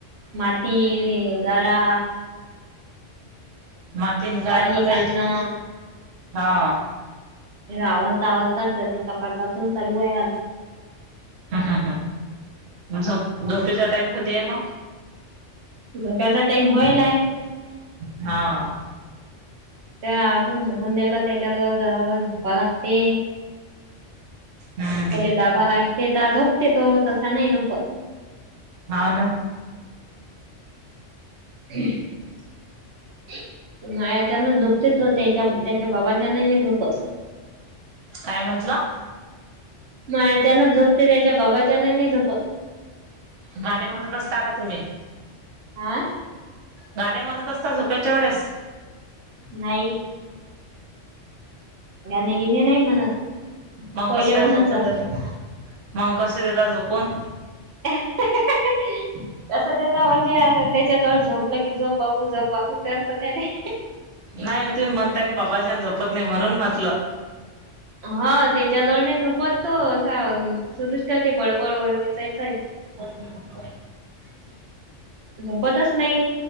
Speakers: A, on the right; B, on the right.
A: माती नी गरा
B: मातीन गारा
A: पाणी
B: तर
A: सांडणं
B: काही हा.
A: आवरता आवरताच जाते सकाळ पासून चालू आहे आज.
B: ह ह ह झ झोपेचा टाईम कधी आहे मग?
A: झोपाचा टाइम व्हयलांय.
B: हा.
A: त्या आपूण झोपून द्यल त्याच्या जवळ जरावर झोपा लागते,
B: हम्म
A: त्याला डाबा लाग ते ता झोपते तो, तसा नाही झोपत.
B: हाव ना.
A: <inaudible> मायाच्यान झुपते तो त्याच्या त्याच्या बाबाच्यान ई नाय झोपत.
B: काय म्हंटलं?
A: मायाच्यानच झोपते त्याच्या बाबाच्या ना ने नाय झोपत.
B: गाणे म्हणत असता का तुम्ही?
A: हा?
B: गाणे म्हणत असता झोपेच्या वेळेस?
A: नाही. गाणे गिणे नाही म्हणत.
B: मंग
A: पहिले
B: कस काय
A: म्हणच
B: झोपून देत? मग कसे देता झोपून?
A: <inaudible> कसं देता म्हणजे, त्याच्या जवळ झोपलं की झोप बाबू झोप बाबू करत त्याने.
B: नाही तुम्ही म्हणता की बाबा च्याने जोपत नाही म्हणून म्हटलं.
A: हा त्याच्याजवळ नाही झोपत तो असा सुरूच ठेवते ते बडबड व वचायचंय.
B: <inaudible>
A: झोपतच नाही.